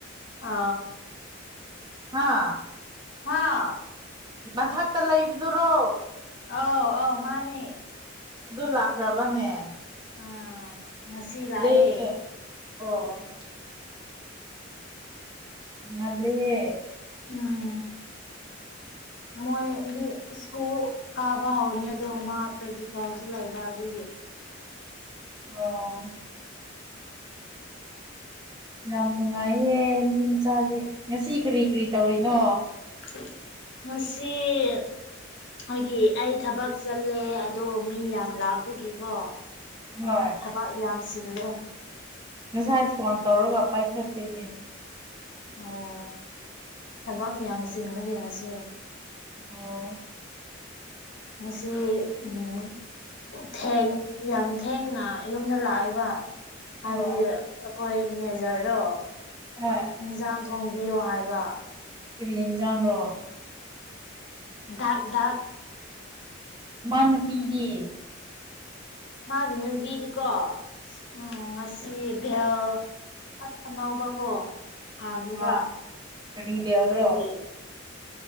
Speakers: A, on the left; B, on the right.
A: ꯑ
B: ꯍꯥ
A: ꯍꯥꯥ
B: ꯃꯊꯛꯇ ꯂꯩꯕꯗꯨꯔꯣ
A: ꯑꯥꯎ ꯑꯥꯎ ꯃꯥꯅꯦ
B: ꯑꯗꯨ ꯂꯥꯛꯈ꯭ꯔꯕꯅꯦ
A: ꯑꯥ ꯉꯁꯤ ꯂꯥꯛꯑꯦ
B: ꯦ ꯑꯣ ꯃꯜꯂꯤ
A: ꯎꯝ ꯃꯣꯏꯒꯤ ꯁ꯭ꯀꯨꯜ ꯀꯥꯕ ꯍꯧꯔꯅꯤ ꯑꯗꯣ ꯃꯥ ꯄ꯭ꯔꯦꯛꯇꯤꯀꯦꯜꯁꯨ ꯂꯩꯕ ꯑꯗꯨꯒꯤ
B: ꯑꯣ ꯌꯥꯝ ꯅꯨꯡꯉꯥꯏꯌꯦ ꯃꯤ ꯃꯆꯥꯗꯤꯦ ꯉꯁꯤ ꯀꯔꯤ ꯀꯔꯤ ꯇꯧꯔꯤꯅꯣ
A: ꯃꯁꯤꯁꯤ ꯑꯩꯣꯏꯒꯤ ꯑꯩ ꯊꯕꯛ ꯆꯠꯂꯦ ꯑꯗꯣ ꯃꯤ ꯌꯥꯝ ꯂꯥꯛꯄꯒꯤꯀꯣ
B: ꯍꯣꯏ
A: ꯊꯕꯛ ꯌꯥꯝꯁꯤꯜꯂꯦ
B: ꯉꯁꯥꯏ ꯐꯣꯟ ꯇꯧꯔꯒ ꯄꯥꯏꯈꯠꯇꯦꯅꯦ
A: ꯑꯣ ꯊꯕꯛ ꯌꯥꯝ ꯆꯤꯟꯕꯒꯤꯦ ꯉꯁꯤ
B: ꯑꯣ
A: ꯃꯁꯤ ꯎꯝ ꯊꯦꯡ ꯌꯥꯝ ꯊꯦꯡꯅ ꯌꯨꯝꯗ ꯂꯥꯛꯏꯦꯕ ꯍꯥꯏꯕꯗꯤ
B: ꯑꯣ
A: ꯑꯩꯈꯣꯏ ꯃꯦꯖꯔꯗꯣ
B: ꯎꯝ
A: ꯌꯦꯟꯖꯥꯡ ꯊꯣꯡꯕꯤꯌꯣ ꯍꯥꯏꯕ
B: ꯀꯔꯤ ꯑꯦꯟꯖꯥꯡꯅꯣ
A: ꯙꯥꯛ ꯙꯥꯛ
B: ꯃꯥꯅꯄꯤꯗꯦ
A: ꯃꯥꯒꯤ ꯅꯨꯄꯤꯗꯤꯀꯣ ꯎꯝ ꯉꯁꯤ ꯕꯦꯜ ꯑꯅꯥꯎꯕꯀꯣ ꯍꯥꯟꯅꯤꯕ
B: ꯑꯥ ꯀꯔꯤ ꯕꯦꯜꯔꯣ
A: ꯑꯗꯨꯒꯤ